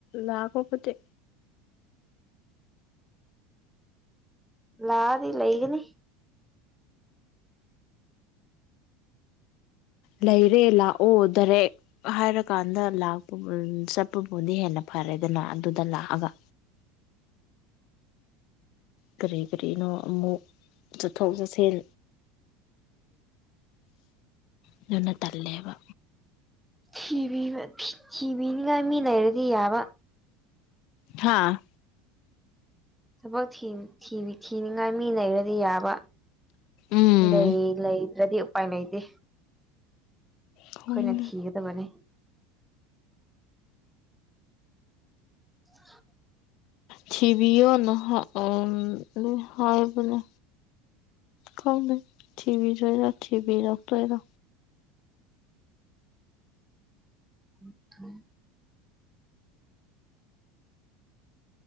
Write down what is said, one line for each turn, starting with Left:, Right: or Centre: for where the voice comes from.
Left: ꯂꯥꯛꯄꯕꯨꯗꯤ
Centre: ꯂꯥꯛꯑꯗꯤ ꯂꯩꯒꯅꯤ
Left: ꯂꯩꯔꯦ ꯂꯥꯛꯑꯣ ꯗꯥꯏꯔꯦꯛ ꯍꯥꯏꯔꯀꯥꯟꯗ ꯂꯥꯛꯄ ꯆꯠꯄꯕꯨꯗꯤ ꯍꯦꯟꯅ ꯐꯔꯦꯗꯅ ꯑꯗꯨꯗ ꯂꯥꯛꯑꯒ ꯀꯔꯤ ꯀꯔꯤꯅꯣ ꯑꯃꯨꯛ ꯆꯠꯊꯣꯛ ꯆꯠꯁꯤꯟ
Centre: <unintelligible>
Left: ꯑꯗꯨꯅ ꯇꯜꯂꯦꯕ
Centre: ꯊꯤꯕꯤꯕ ꯊꯤꯕꯤꯅꯤꯉꯥꯏ ꯃꯤ ꯂꯩꯔꯗꯤ ꯌꯥꯕ
Left: ꯍꯥꯥ
Centre: ꯊꯕꯛ ꯊꯤ ꯊꯤꯅꯤꯡꯉꯥꯏ ꯃꯤ ꯂꯩꯔ ꯗꯤ ꯌꯥꯕ
Left: ꯎꯝ
Centre: ꯂꯩ ꯂꯩꯗ꯭ꯔꯗꯤ ꯎꯄꯥꯏ ꯂꯩꯇꯦ
Left: ꯈꯪꯗꯦ
Centre: ꯑꯩꯈꯣꯏꯅ ꯊꯤꯒꯗꯕꯅꯤ <inaudible>
Left: ꯊꯤꯕꯤꯌꯣ ꯅꯍ ꯎꯝ ꯍꯥꯏꯕꯅꯦ ꯈꯪꯗꯦ ꯊꯤꯕꯤꯗꯣꯏꯔꯥ ꯊꯤꯕꯤꯔꯛꯇꯣꯏꯔꯥ
Centre: <unintelligible>